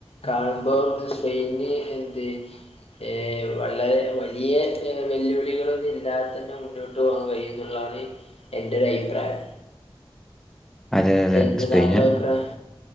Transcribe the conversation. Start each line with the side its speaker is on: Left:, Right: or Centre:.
Left: കാണുമ്പോ സ്പെയിന്ന് എന്ത് ഏ വളരെ വലിയ വെല്ലുവിളികളൊന്നി അല്ലാതന്നെ മുന്നോട്ട് പോവാൻ കഴിയുംന്നുള്ളതാണ് എന്റെ ഒരു അയിപ്രായം
Centre: അതെ അതെ
Left: എന്ത്
Centre: സ്പെയിന്
Left: താങ്കളുടെ അഭിപ്രായം